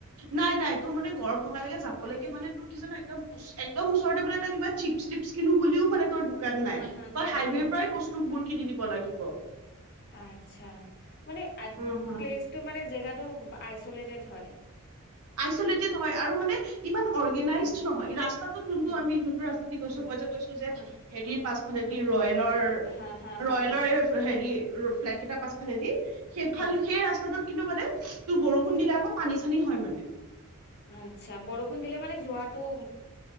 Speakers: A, on the right; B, on the left.
A: নাই নাই, তোৰ মানে গৰভ ভঙালৈকে যাবলৈকে মানে তোৰ কি জান একদমদম ওচৰতে বলে এটা কিবা চিপ চ কিনো বুলিও মানে তই দোকান নাই,
B: হা হা
A: তই
B: হা
A: হাইৱেৰ
B: হা
A: পৰাই বস্তুবোৰ কিনী নিব লাগিব
B: আচ্ছা, মানে
A: উম হম
B: প্লেছটো, মানে জেগাটো চলেট ধৰে <unintelligible>
A: আইচলেটেড হয়, আৰু মানে ইমান অৰ্গেনাইজ
B: হম
A: নহয়, ৰাস্তাটোত যোনটো
B: হম
A: আমি যোনটো ৰাস্তা দি গৈছো,
B: হম
A: মই যে গৈছো যে
B: হা
A: হেৰি পাছফালেদি ৰয়েলৰ,
B: হা হা হা
A: ৰয়েলৰ
B: হা
A: হেৰি ফ্লেট কেইট পাছফালেদি, সেইফাল
B: হা
A: সেই ৰাস্তাটোত কিন্তু মানে তোৰ বৰষুণ দিলে আকৌ পানী চানী হয় মানে।
B: আচ্ছা বৰষুণ দিলে মানে জোৱাটো